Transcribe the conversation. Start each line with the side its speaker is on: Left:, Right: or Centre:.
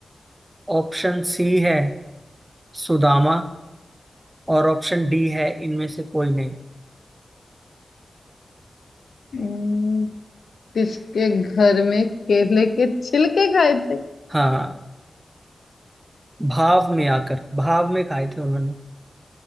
Right: ऑप्शन सी है सुदामा और ऑप्शन डी है इनमें से कोई नहीं
Left: हम्म, किसके घर में केले के छिलके खाए थे
Right: हाँ भाव में आकर भाव में खाए थे उन्होंने